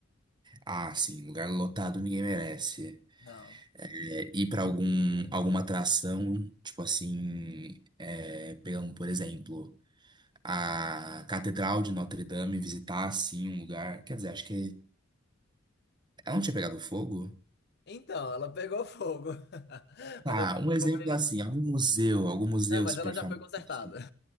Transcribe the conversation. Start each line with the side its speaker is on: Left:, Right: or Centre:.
Right: Ah, sim, lugar lotado ninguém merece.
Left: Não.
Right: É, ir pra algum, alguma atração, tipo assim, é, pegando, por exemplo, a Catedral de Notre Dame, visitar assim um lugar. Quer dizer, acho que ela não tinha pegado fogo?
Left: Então, ela pegou fogo. <laughs> Mas
Right: Ah,
Left: ela
Right: um exemplo
Left: foi.
Right: assim, algum museu, algum museu
Left: Não, mas
Right: super
Left: ela já
Right: famoso.
Left: foi consertada.
Right: assim.